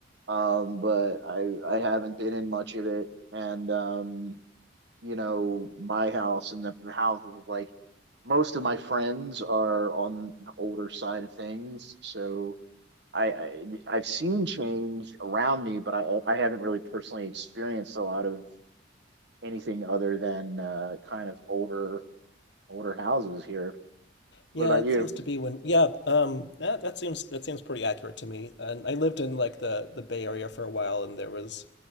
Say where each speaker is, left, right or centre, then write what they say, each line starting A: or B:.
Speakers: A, on the right; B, on the left.
A: Um, but I I haven't been in much of it. And um, you know, my house and the, houses of like most of my friends are on the older side of things. So I, I I've seen change around me, but I I haven't really personally experienced a lot of anything other than uh, kind of older older houses here.
B: Yeah,
A: What about
B: it
A: you?
B: seems to be when yeah, um that that seems that seems pretty accurate to me. And I lived in like the the Bay Area for a while and there was